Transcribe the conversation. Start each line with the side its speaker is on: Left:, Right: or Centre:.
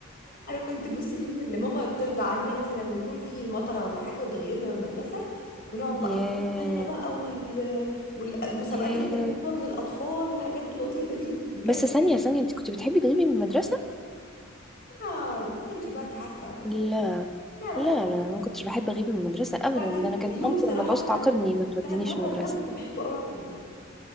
Left: انا كنت بصي اليوم اللي ماما ترضى عننا مثلا ويكون في مطره ولا حاجه وتغيبنا من المدرسه ونقعد بقى
Centre: ياه
Left: القناه الثالثه بقى وال... والمسابقات
Centre: ياه
Left: اللي كانت بتجيبوها بين الاطفال والحاجات اللطيفه دي بجد
Centre: بس ثانية ثانية انت كنت بتحبي تغيبي من المدرسة؟
Left: آه، انتي بقى انتي عارفه
Centre: لا
Left: لا لا
Centre: لا
Left: لا
Centre: لا انا ما كنتش بحب اغيب من المدرسة ابدا
Left: وبعد
Centre: ده انا كانت
Left: اليوم
Centre: مامتي
Left: بصراحة
Centre: لما تعوز
Left: بتاع
Centre: تعاقبني
Left: الم-
Centre: ما تودينيش
Left: بتاع المطر
Centre: المدرسة
Left: ده كنت بحب قوي اقعد في البيت